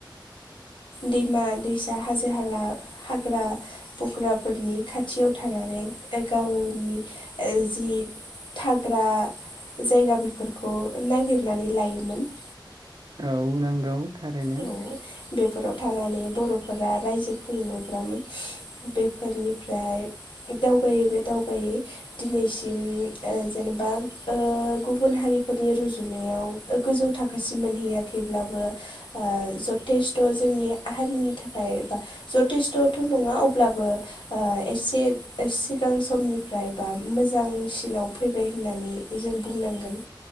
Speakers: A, on the left; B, on the right.
A: दैमा दैसा हाजो हाला हाग्रा बंग्राफोरनि खाथियाव थानानै गावनि जि थाग्रा जायगा बेफोरखौ नागिरनानै लायोमोन।
B: औ नंगौ। थारैनो
A: औ बेफोराव थानानै बर'फोरा रायजो खुंबोग्रामोन। बेफोरनिफ्राय दावगायोबो दावगै दिनैसिम ओ जेनेबा ओ गुबुन हारिफोरनि रुजुनायाव गोजौ थाखोसिम मोनहैयाखैब्लाबो ओ जथेस्थ' जोंनि हारिनि थाखाय बा जथेस्थ'थ' नङा अब्लाबो एसे सिगां समनिफ्राय बा मोजांसिनाव फैबाय होननानै जों बुंनांगोन